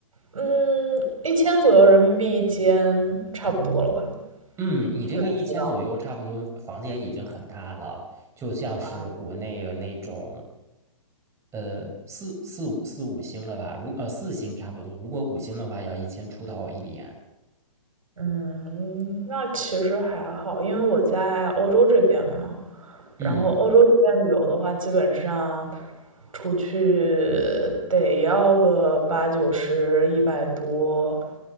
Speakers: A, on the right (about 80°); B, on the right (about 15°).
A: 嗯，一千左右人民币一间，差不多了吧？
B: 嗯，你这个一千左右，
A: 能做到
B: 差不多房间已经很大了，就像是国内的那种，
A: 啊？
B: 呃，四四五四五星了吧？如呃四星差不多，如果五星的话，要一千出头一点。
A: 嗯，那其实还好，因为我在欧洲这边嘛。然后欧洲这边旅游的话，
B: 嗯
A: 基本上出去得要个八九十、一百多